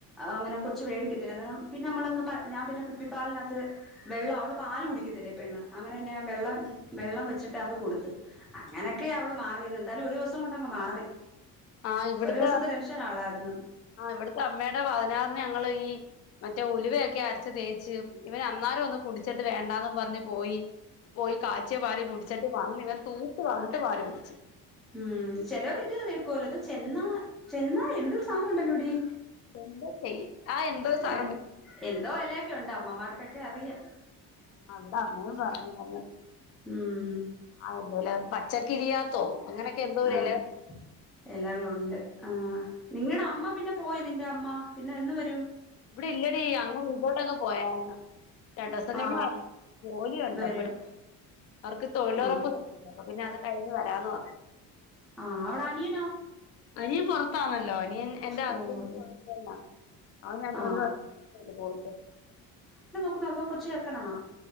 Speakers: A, in the centre; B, on the left.
A: അങ്ങനെ കൊച്ച് വേടിക്കത്തില്ല അന്നേരം പിന്നെ നമ്മൾ ഞാൻ പിന്നെ കുപ്പിപ്പാലിനകത്ത് വെള്ളം അവള് പാല് കുടിക്കത്തില്ലേ പെണ് അങ്ങനെ തന്നെ വെള്ളം വെള്ളം വെച്ചിട്ട് അത് കൊടുത്ത് അങ്ങനെ ഒക്കെ അവൾ മാറിയത് എന്തായാലും ഒരു ദിവസം കൊണ്ടങ്ങ് മാറി
B: ആഹ് ഇവിടുത്തെ
A: ഒരു ദിവസത്തെ ടെൻഷൻ ആളായിരുന്നു
B: ആ ഇവിടുത്തെ അമ്മയുടെ പതിനാറിന് ഞങ്ങള് ഈ മറ്റേ ഉലുവയൊക്കെ അരച്ച തേച്ച് ഇവൻ അന്നേരം ഒന്ന് കുടിച്ചിട്ട് വേണ്ടാന്നും പറഞ്ഞ് പോയി പോയി കാച്ചിയ പാല് കുടിച്ചിട്ട് വന്ന് ഇവൻ തൂത്തു വന്നിട്ട് പാല് കുടിച്ചു
A: ഉം ചെലോർ ഇത് വെകൊലത് ചെന്നാ ചെന്നാ എന്തൊരു സാനം ഉണ്ടല്ലോടി
B: എന്താ ചെയ്യ ആഹ് എന്തോ സാധനണ്ട്
A: ഏ എന്തോ വലയൊക്കെ ഉണ്ട് അമ്മമാർ ഒക്കൊക്കെ അറിയാം
B: ആഹ അവിടെ അങ്ങനേും പറഞ്ഞന്ന്
A: ഉം
B: അതല്ല പച്ചക്കിരിയാത്തോ അങ്ങനെയൊക്കെ എന്തോ ഒരു
A: ആഹ്
B: ഇല
A: എല്ല ഉണ്ട് ആഹ് നിങ്ങടെ അമ്മ പിന്നെ പോയ നി ന്റെ അമ്മ പിന്നെ എന്നന്ന് വരും
B: ഇവിടെ ഇല്ലടി അങ്ങ് ഇീതോട്ട്ങ് പോയര്ന്ന് രണ്ട് ദിവസം
A: ആ
B: ജോലിയ ഉണ്ട്
A: വരും
B: അപ്പഴ അവർക്ക് തൊഴിലുറപ്പ്
A: ആ
B: അപ്പൊ പിന്നെ അത് കഴിഞ്ഞ് വരാന്ന് പറന്ന്
A: ആഹ് അവിടെ അനിയനോ
B: അനിയൻ പുറത്താന്നല്ലോ നീൻ എറെ ഹസ്ബന്റ്
A: ഓ അത്
B: കൊറ തന്ന ആഹ് ഞാൻ
A: ആ
B: ഒരു വർഷന്ന് പോയിട്ട്
A: കൊതോ കൊച്ചേറ്ക്കനാ നൊ